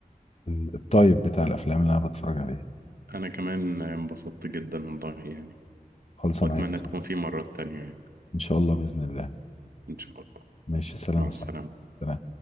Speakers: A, on the left; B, on the right.
A: ال- الطيب بتاع الافلام اللي انا بتفرج عليها
B: انا كمان انبسطت جدا والله يعني
A: خلصة
B: واتمنى
A: معاك يا صاحبي
B: تكون في مرات تانية يعني
A: ان شاء الله باذن الله
B: ان شاء الله
A: ماشي سلام
B: مع
A: يا
B: السلامة
A: صاحبي سلام